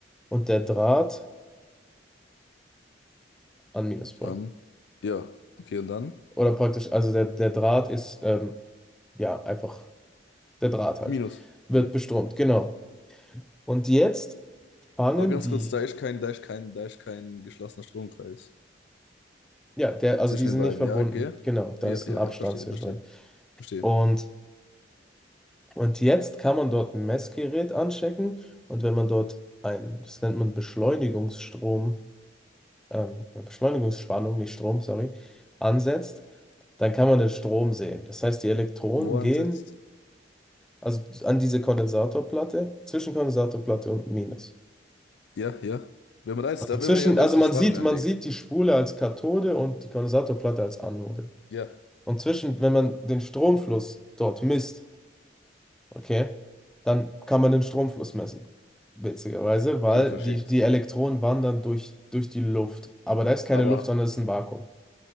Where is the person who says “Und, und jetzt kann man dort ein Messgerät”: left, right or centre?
Centre